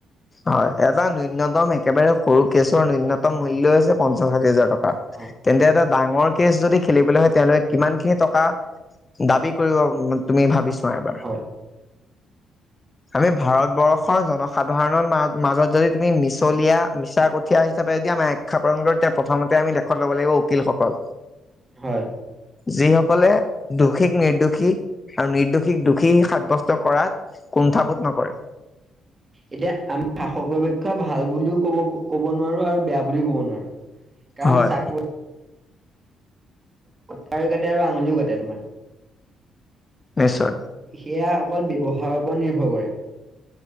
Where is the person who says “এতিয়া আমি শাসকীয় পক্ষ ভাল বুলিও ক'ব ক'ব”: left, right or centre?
Right